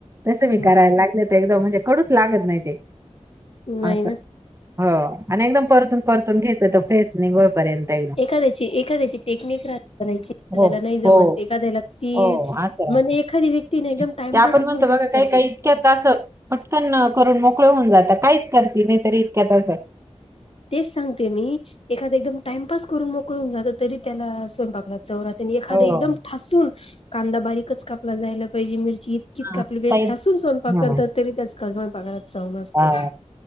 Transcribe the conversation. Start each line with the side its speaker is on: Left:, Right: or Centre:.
Right: तसं
Left: हम्म
Right: मी करायला लागलं ते एकदम म्हणजे कडूच लागत नाही ते
Left: नाही
Right: असं
Left: ना
Right: हो, आणि एकदम परतून -परतून घ्यायचं तर फेस निघोपर्यंत एकदम.
Left: एखाद्याची एखाद्याची टेक्निक राहते करायची, एखाद्याला
Right: हो
Left: नाही जमत
Right: हो
Left: एखाद्याला ती
Right: हो असं ते
Left: म्हणजे एखादी व्यक्ती ना एकदम टाइमपास
Right: आपण म्हणतो
Left: स्वयंपाक
Right: बघा काही
Left: करते
Right: काही इतक्यात असं, पटकन अ करून मोकळं होऊन जाता, काहीच करती नाही तरी इतक्यात असं.
Left: तेच सांगते मी एखाद्या एकदम टाइमपास करून मोकळं होऊन जातं, तरी त्याला स्वयंपाक लाग चव राहती, अन एखादं
Right: हो.
Left: एकदम ठासून कांदा बारीकच कापला जायला पाहिजे मिर ची इतकीच
Right: हा
Left: कापली पाहिजे,
Right: ताई
Left: ठासून स्वयंपाक
Right: हा
Left: करतात तरी त्या स्वयंपाकघरात समजते,
Right: हा